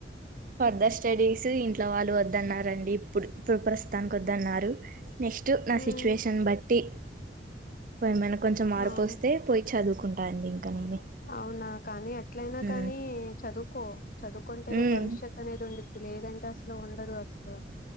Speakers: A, on the right; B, on the left.
A: ఫర్దర్ స్టడీస్ ఇంట్లో వాళ్ళు వద్దన్నారండి. ఇప్పుడు ఇప్పుడు ప్రస్తుతానికి వద్దన్నారు. నెక్స్ట్ నా
B: ఉమ్
A: సిచ్యుయేషన్ బట్టి. ఏమైనా కొంచెం మార్పు
B: అవును
A: వస్తే పోయి చదువు కుంటాంది ఇంకా నేనే.
B: అవునా కానీ అట్లయినా
A: ఉమ్
B: కానీ చదువుకో చదువుకుంటేనే
A: ఉమ్
B: భవిష్యత్ అనేది ఉండిది. లేదంటె అసలు ఉండదు అసలు.